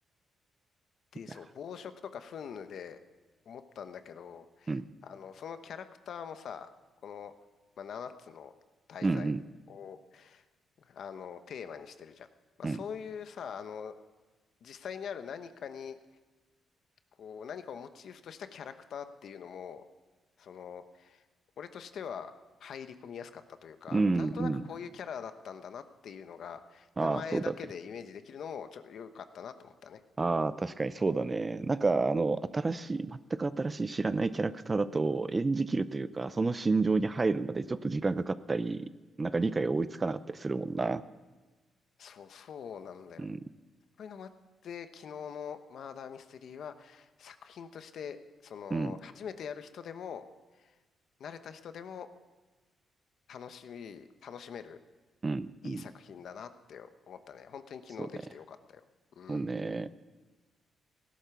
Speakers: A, on the left; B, on the right.
A: で、
B: いや
A: そう、暴食とか憤怒で思ったんだけど、
B: うん、
A: あの、そのキャラクターもさ、この、まあ、7つの大罪を、
B: うん、うん、
A: あの、テーマにしてるじゃん。まあ、
B: うん、
A: そういうさ、あの、実際にある何かに、こう、何かをモチーフとしたキャラクターっていうのも、その、俺としては入り込みやすかったというか、
B: うん、
A: なんとなくこういうキャラだったんだなっていうのが、
B: うん。ああ、
A: 名前だけでイメージできるのも、
B: そうだね。
A: ちょっと良かったなと思ったね。
B: ああ、確かにそうだね。なんか、あの、新しい、全く新しい知らないキャラクターだと演じきるというか、その心情に入るまでちょっと時間かかったり、なんか理解が追いつかなかったりするもんな。
A: そう、そうなんだよ。
B: うん、
A: こういうのもあって、昨日のマーダーミステリーは作品として、その、
B: うん、
A: 初めてやる人でも、慣れた人でも楽しみ、楽しめる、
B: うん、
A: いい作品だなって思ったね。
B: うん。
A: 本当に昨日できてよかったよ。
B: そうね。
A: うん。
B: そうね。